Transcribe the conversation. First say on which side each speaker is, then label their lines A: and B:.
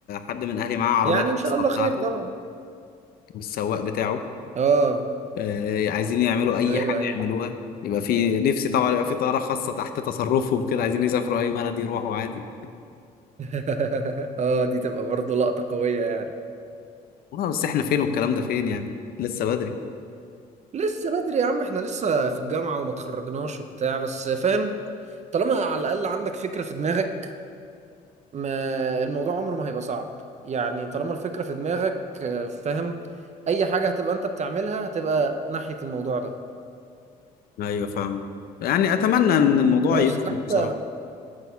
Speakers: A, on the left; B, on the right.
A: حد من اهلي معاه عربيه
B: يعني
A: الخاصه
B: ان شاء الله
A: بتاعته
B: خير طبعا
A: بالسواق بتاعه
B: اه
A: آه، عايزين يعملوا اي
B: ايوه
A: حاجه
B: ايوه
A: يعملوها يبقى في نفسي طبعا يبقى في طياره خاصه تحت تصرفهم كده عايزين يسافروا اي بلد يروحوا عادي
B: <laughs> اه دي تبقى برضه لقطة قوية يعني
A: والله بس احنا فين والكلام ده فين يعني لسه بدري
B: لسه بدري يا عم احنا لسه في الجامعة وما تخرجناش وبتاع بس فاهم طالما على الاقل عندك فكرة في دماغك ما الموضوع عمره ما هيبقى صعب يعني طالما الفكرة في دماغك آه، فاهم أي حاجة هتبقى أنت بتعملها هتبقى ناحية الموضوع ده
A: ايوه فاهم يعني اتمنى ان الموضوع
B: بس
A: يظبط
B: حتى
A: بصراحه